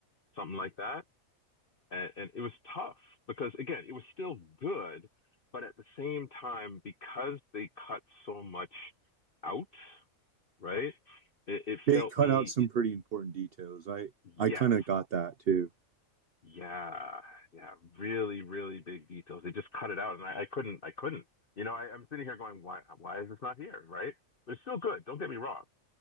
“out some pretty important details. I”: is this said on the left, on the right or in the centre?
Right